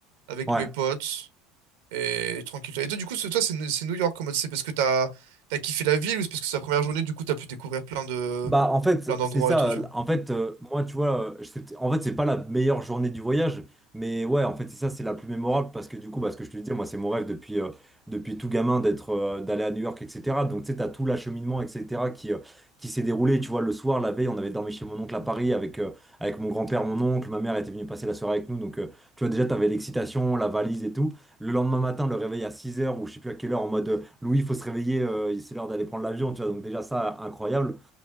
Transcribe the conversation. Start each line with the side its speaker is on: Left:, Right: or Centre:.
Right: avec
Centre: Ouais.
Right: mes potes et tranquille. Et toi, du coup, c'est- toi, c'est New c'est New York en mode, c'est parce que t'as t'as kiffé la ville ou c'est parce que c'est la première journée, du coup, t'as pu découvrir plein de
Centre: Bah en fait
Right: plein d'endroits
Centre: c'est ça
Right: et tout, tu
Centre: euh,
Right: vois.
Centre: en fait euh, moi tu vois euh, je en fait c'est pas la meilleure journée du voyage mais ouais en fait c'est ça c'est la plus mémorable parce que du coup bah, ce que je te disais moi c'est mon rêve depuis euh, depuis tout gamin d'être euh, d'aller à New York etc donc tu sais t'as tout l'acheminement etc qui euh, qui s'est déroulé tu vois le soir la veille on avait dormi chez mon oncle à Paris avec euh, avec mon grand-père mon oncle ma mère était venue passer la soirée avec nous donc euh, tu vois déjà t'avais l'excitation la valise et tout le lendemain matin le réveil à six heures ou je sais plus à quelle heure en mode euh, Louis il faut se réveiller euh, c'est l'heure d'aller prendre l'avion tu vois donc déjà ça incroyable